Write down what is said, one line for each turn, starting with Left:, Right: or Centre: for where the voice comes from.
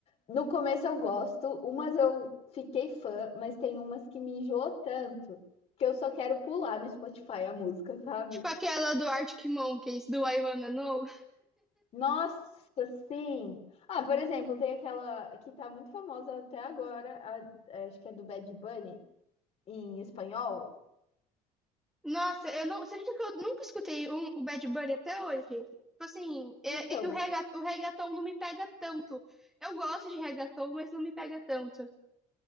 Left: No começo eu gosto, umas eu fiquei fã, mas tem umas que me enjoou tanto que eu só quero pular no Spotify a música, sabe?
Centre: Tipo aquela do Arctic Monkeys, do I Wanna Know.
Left: Nossa, sim! Ah, por exemplo, tem aquela que tá muito famosa até agora, a- é, acho que é do Bad Bunny, em espanhol.
Centre: Nossa, eu não. Você acredita que eu nunca escutei um, o Bad Bunny até hoje? Tipo assim, é,
Left: Então,
Centre: é que o, rega, o reggaeton não me pega tanto. Eu gosto de reggaeton, mas não me pega tanto.